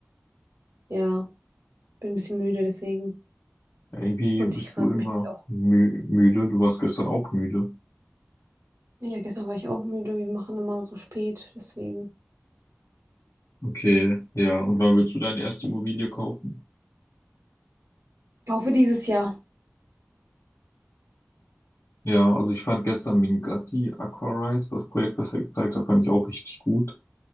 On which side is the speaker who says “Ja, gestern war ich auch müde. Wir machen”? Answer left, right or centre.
Right